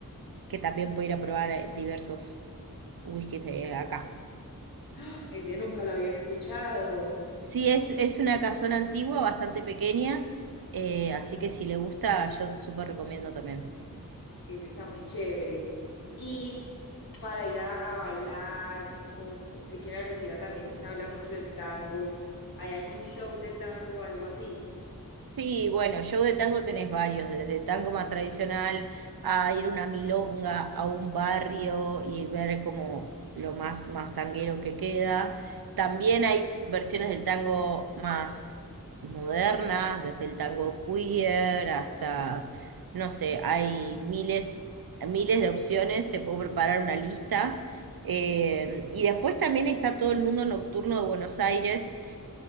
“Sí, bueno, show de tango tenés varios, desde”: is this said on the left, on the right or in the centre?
Right